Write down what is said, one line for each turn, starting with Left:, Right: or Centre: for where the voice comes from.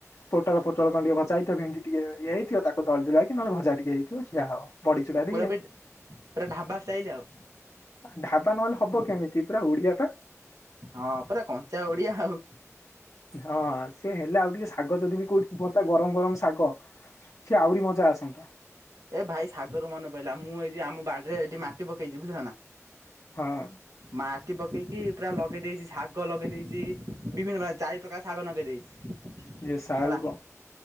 Left: ପୋଟଳ ପୋଟଳ କନ୍ ଟିକେ ଭଜା ହେଇଥିଅ ଭେଣ୍ଡି ଟିକିଏ ଇଏ ହେଇଥିବ ତାକୁ ଦଳି ଦୁଳା କି ନହଲେ ଭଜା ଟିକେ ହେଇ ଉଛି ଆହାର ବଡ଼ି ଚୁରା
Right: ପୁରା
Left: ଟିକେ
Right: ବି ପୁରା ଢାବା ଷ୍ଟାଇଲ ଆଉ
Left: ଢାବା ନହେଲେ ହବ କେମିତି ପୁରା ଓଡିଆ ଟା
Right: ହଁ ପୁରା କଞ୍ଚା ଓଡିଆ ଆଉ
Left: ହଁ ସେ ହେଲା ଆଉ ଟିକେ ଶାଗ ଯଦି ବି କୋଉଠି ଯୋ ତ ଗରମ ଗରମ ଶାଗ ସିଏ ଆହୁରି ମଜା ଆସନ୍ତା।
Right: ଏ ଭାଇ ଶାଗରୁ ମନେ ପଡ଼ିଲା ମୁଁ ଏଇ ଆମ ବାଡିରେ ଏଠି ମାଟି ପକେଇଛି ବୁଝିଲ ନା?
Left: ହଁ।
Right: ମାଟି ପକେଇକି ପୁରା ଲଗେଇ ଦେଇଛି ଶାଗ ଲଗେଇ ଦେଇଛି ବିଭିନ୍ନ ପ୍ରକାର ଚାରି ପ୍ରକାର ଶାଗ ନଗେଇ ଦେଇଛି।
Left: ଯେ ସାଉ
Right: ହେଲା
Left: କ